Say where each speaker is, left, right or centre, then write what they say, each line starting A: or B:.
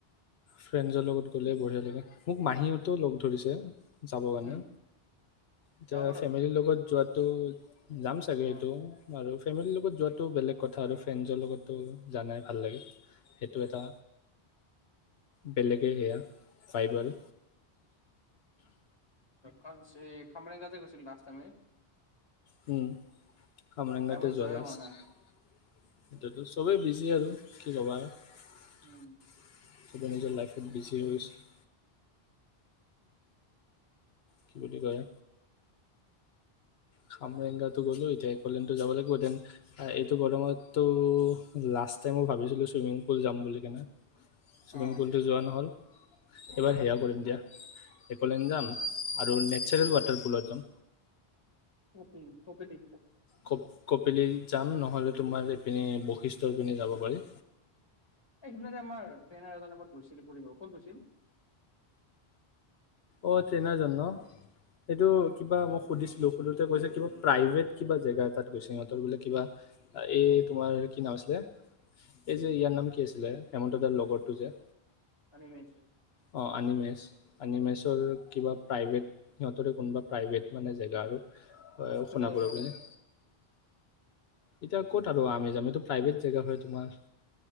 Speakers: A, on the left; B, on the left.
A: ফ্ৰেণ্ডজৰ লগত গ'লে
B: কি-
A: বঢ়িয়া লাগে মোক মাহী হতেঁও লগ ধৰিছে যাব কাৰণে
B: উম,
A: এতিয়া
B: যাব পাৰা
A: ফেমিলিৰ
B: যাব।
A: লগত যোৱাত ত যাম চাগে
B: অ'।
A: এইটো আৰু ফেমিলিৰ লগত যোৱা টো বেলেগ কথা আৰু ফ্ৰেণ্ডছৰ লগত টো জানাই ভাল লাগে সেইটো এটা বেলেগে সেয়া পাই বাৰু
B: কালছে খামাৰং গ যে গৈছিল লাষ্ট টাইমে
A: হম কমৰংগাতে
B: তাৰ পাছত
A: জলাছ
B: যোৱাই হোৱা
A: সেটোয়েটো
B: নাই,
A: চবেই বিজি আৰু কি কবা সু
B: উম।
A: নিজৰ লাইফত বিজি হৈছে। কি বুলি কয়? খামৰেংগাটো গ'লো এতিয়া একলেন্দটো যাব লাগিব দেন এইটো গৰমতো লাষ্ট টাইমো ভাবিছিলো চুইমিং পুল যাম বুলি কেনে ছুইমিং
B: অ',
A: পুলটো যোৱা নহ'ল এইবাৰ সেয়া কৰিম দিয়া একলেনদ যাম আৰু নেচাৰেল ৱাটাৰপুলত যাম
B: উম কঁপে তি
A: ক কপিলি। যাম নহ'লে তোমাৰ এইপিনে বৈশিষ্ঠৰ পিনে যাব পাৰি
B: এই সিদিনাে আমাৰ ট্ৰেইনাৰ এজন গৈছে। কত গৈছিল?
A: অ ট্ৰেইনাৰ জন ন সেইটো কিবা মই সুধিছিলো সুধ কৈছে কিবা প্ৰাইভেট কিবা জেগা তাত গৈছে সিহঁতৰ বোলে কিবা এই তোমাৰ কি নাম আছিলে এইজে ইয়াৰ
B: উম,
A: নাম কি আছিলে হেমন্ত দাদাৰ লগতটো যে।
B: আনিমেছ
A: অ আনিমেছ আনিমেছ। সিহঁতৰ কিবা প্ৰাইভেট সিহঁতৰে কোনোবা প্ৰাইভেট মানে জেগা আৰু
B: চবে
A: সোণাপুৰৰ
B: যাব নোৱাৰে,
A: পিনে। এতিয়া ক'ত আৰু আমি যাম? এইটো প্ৰাইভেট জেগা হয় তোমাৰ